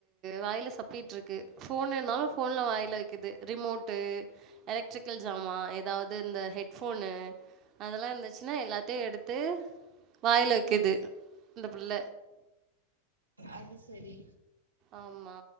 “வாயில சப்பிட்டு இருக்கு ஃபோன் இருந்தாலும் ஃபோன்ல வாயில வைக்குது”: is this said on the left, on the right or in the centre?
Right